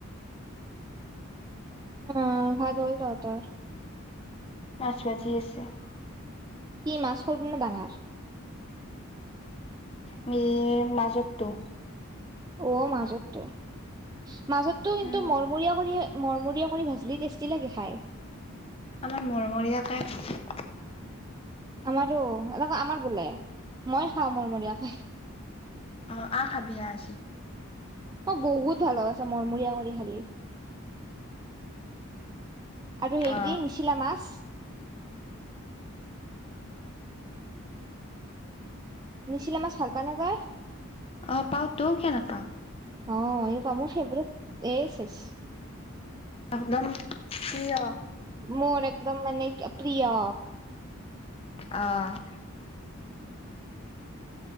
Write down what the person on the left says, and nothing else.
আছ বাজি আছে <unintelligible>
ম মাজতটো।
উম
আমাৰ মৰমৰীয় কাই ভ।
অ আহ খাবি আজি।
অ
অ পাওতো কিয় নাপাম
একদম কিয়া।
অঁহ।